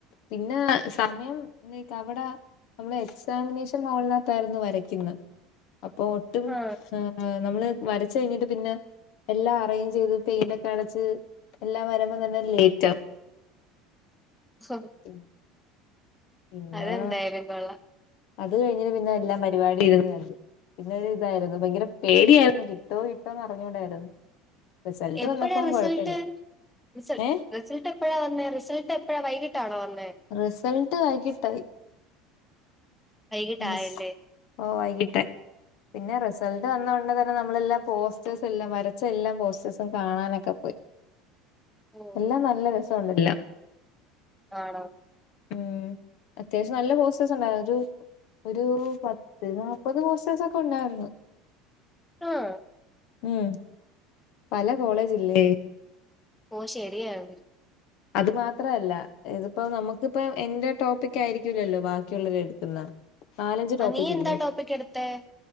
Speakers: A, on the left; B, in the centre.
A: പിന്നെ സമയം വടെ നമ്മള് എക്സാമിനേഷൻ ഹാേൾനകത്തായ്ര്ന്നു വരക്ക്ന്നേ അപ്പോ ഒ ട്ടും
B: ആ
A: നമ്മള് വരച്ച കഴിഞ്ഞിട്ട് പിന്നെ എല്ലാം അറേഞ്ച് ചെയ്തു പെയിന്റൊക്കടച് എല്ലാം വര്മ്പ തന്നെ ലേയ്റ്റാവും
B: സോറി
A: പിന്നെ പിന്നെ
B: അതെന്തായാലും കൊള്ളാം
A: അത് കഴിഞ്ഞിട്ട് പിന്നെ എല്ലാം പരിപാടി ഇര്ന്ന് കണ്ട് പിന്നെ ഇതായിരുന്നു ഭയങ്കര പേടിയായിരുന്നു കിട്ടുവോ കിട്ടുവോ എന്ന് അറിഞ്ഞൂടായിരുന്നു. റിസൾട്ട്
B: എപ്പഴാ
A: വന്നപ്പോ
B: റിസൾട്ട്
A: കുഴപ്പമില്ല
B: റിസ
A: ഏ
B: റിസൾട്ട് എപ്പഴാ വന്നേ റിസൾട്ടെപ്പഴാ വൈകിട്ടാണോ വന്നേ
A: റിസൾട്ട് വൈകിട്ടായി
B: വൈകിട്ടായല്ലേ
A: റിസ് ഓഹ് വൈകിട്ട് പിന്നെ റിസൾട്ട് വന്നുട്നതന്നെ നമ്മളെല്ലാ പോസ്റ്റേഴ്സും എല്ലാം വരച്ച എല്ലാ പോസ്റ്റേഴ്സും കാണാനൊക്കെ പോയി
B: ഓ
A: എല്ലാം നല്ല രസണ്ട് എല്ലാം
B: ആണോ
A: ഉം അത്യാവശ്യം നല്ല പോസ്റ്റേഴ്സ് ഉണ്ടായിരുന്നു ഒരു ഒരു പത്ത് നാപ്പത് പോസ്റ്റേസൊക്കെ ഉണ്ടാര്ന്ന്
B: ആഹ്
A: ഉം പല കോളേജില്ലേ
B: ഓ ശെരിയാണ്
A: അത് മാത്രല്ല ഇതിപ്പോ നമുക്കിപ്പ എന്റെ ടോപ്പികായിരിക്കൂല്ലല്ലോ ബാക്കിയുള്ളവരെടുക്കുന്ന നാലഞ്ച് ടോപ്പിക്കില്ലേ,
B: ആ നീ എന്താ ടോപ്പിക് എടുത്തേ